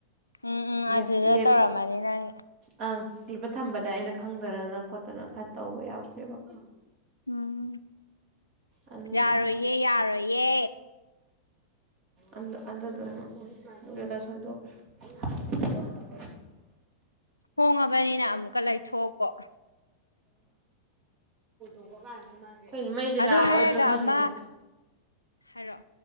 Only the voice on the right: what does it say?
ꯂꯦꯞ
ꯂꯦꯞꯇ
ꯑꯪ ꯊꯝꯕꯗ ꯑꯩꯅ ꯈꯪꯗꯅꯅ ꯈꯣꯠꯇꯅ ꯈꯔ ꯇꯧꯕ ꯌꯥꯎꯈ꯭ꯔꯦꯕꯀꯣ
ꯑꯗꯨꯗꯨꯅ
ꯑꯟ ꯑꯗꯨꯗꯨꯅ ꯑꯗꯨꯗ ꯁꯣꯏꯗꯣꯛ ꯈꯔꯦ
ꯎꯝ ꯑꯈꯣꯏꯁꯦ ꯃꯩꯁꯦ
ꯂꯥꯛꯑꯔꯣꯏꯗ꯭ꯔꯥ
ꯈꯪꯗꯦ